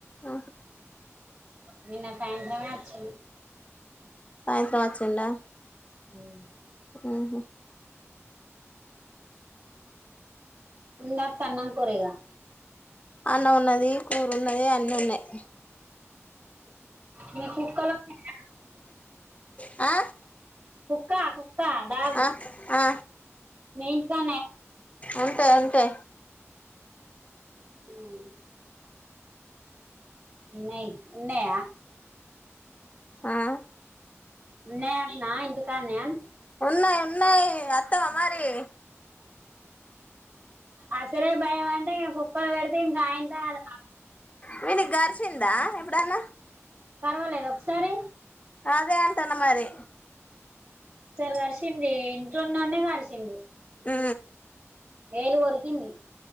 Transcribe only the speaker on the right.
నిన్న సాయంత్రం మ్యాచ్
ఉ
ఉందా సన్నం కురగా
మీ కుక్కలున్నాయా
కుక్క కుక్క డాగ్
మీెయిన్ కాన్
న ఉన్నయ
ఉన్నాయంటన ఇంటికనే
అసలే భయం అంటే ఇం కుక్కలు పెడితే ఇంకాయంతా అది కా
పర్వాలేదు ఒకసారి
సారి కరిచింది ఇంట్లోంన్నండే కరిచింది
ఏలు కొరికింది